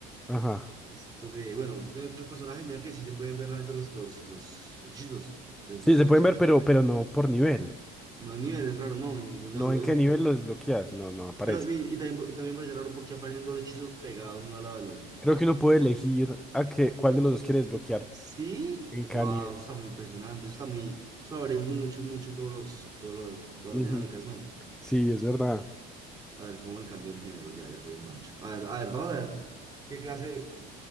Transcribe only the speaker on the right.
esto de, bueno, estoy viendo que los personajes, mira que sí se pueden ver realmente los, los, los hechizos de,
de cada
personaje.
No, a nivel es raro, no, en ningún
lado lo
dice,
curioso.
Pero, y, y también, y también parece raro porque aparecen dos hechizos pegados uno al lado del otro.
Sí,
wow,
eso está muy impresionante, eso está muy, eso abre mucho, mucho todos los, todos los- todas
las dinámicas, no.
A ver, ¿cómo me cambia el género? Ya, ya soy un macho. A ver, a ver, vamos a ver. ¿Qué clase?